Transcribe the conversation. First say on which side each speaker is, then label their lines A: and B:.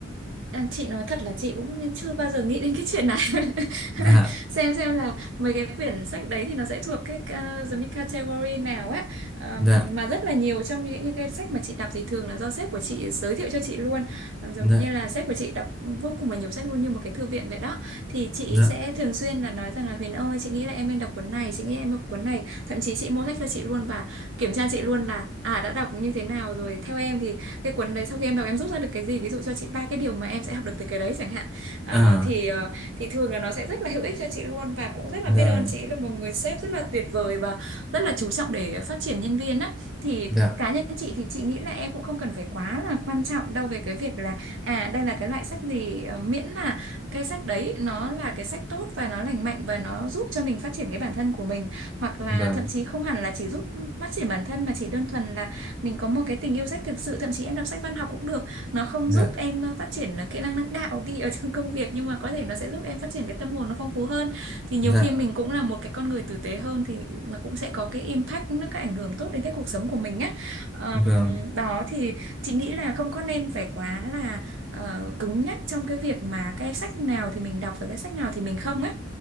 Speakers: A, on the right; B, in the centre.
A: À, chị nói thật là chị cũng chưa bao giờ nghĩ đến cái chuyện này <laughs>
B: Dạ,
A: xem xem là mấy cái quyển sách đấy thì nó sẽ thuộc cái uh, giống như category nào á Ờm,
B: dạ,
A: mà rất là nhiều trong những, những cái sách mà chị đọc thì thường là do sếp của chị giới thiệu cho chị luôn Còn giống
B: dạ.
A: như là sếp của chị đọc vô cùng là nhiều sách luôn như một cái thư viện vậy đó thì chị
B: Dạ.
A: sẽ thường xuyên là nói rằng là Huyền ơi chị nghĩ là em nên đọc cuốn này chị nghĩ em đọc cuốn này thậm chí chị mua sách cho chị luôn và kiểm tra chị luôn là à đã đọc như thế nào rồi theo em thì cái cuốn đấy sau khi em đọc em rút ra được cái gì ví dụ cho chị ba cái điều mà em sẽ học được từ cái đấy chẳng hạn à,
B: À,
A: thì ờ, thì thường là nó sẽ rất là hữu ích cho chị luôn và cũng rất là
B: rồi,
A: biết ơn chị là một người sếp rất là tuyệt vời và rất là chú trọng để phát triển nhân viên á thì
B: dạ,
A: cá nhân chị thì chị nghĩ là em cũng không cần phải quá là quan trọng đâu về cái việc là à đây là cái loại sách gì ờ, miễn là cái sách đấy nó là cái sách tốt và nó lành mạnh và nó giúp cho mình phát triển cái bản thân của mình hoặc là
B: vâng,
A: thậm chí không hẳn là chỉ giúp phát triển bản thân mà chỉ đơn thuần là mình có một cái tình yêu sách thực sự thậm chí em đọc sách văn học cũng được nó không
B: dạ,
A: giúp em ờ, phát triển ờ, kỹ năng lãnh đạo đi ở trong công việc nhưng mà có thể nó sẽ giúp em phát triển cái tâm hồn nó phong phú hơn thì nhiều
B: dạ,
A: khi mình cũng là một cái con người tử tế hơn thì nó cũng sẽ có cái impact nó cái ảnh hưởng tốt đến cái cuộc sống của mình á Ờm,
B: vâng,
A: đó thì chị nghĩ là không có nên phải quá là ờ, cứng nhắc trong cái việc mà cái sách nào thì mình đọc và cái sách nào thì mình không á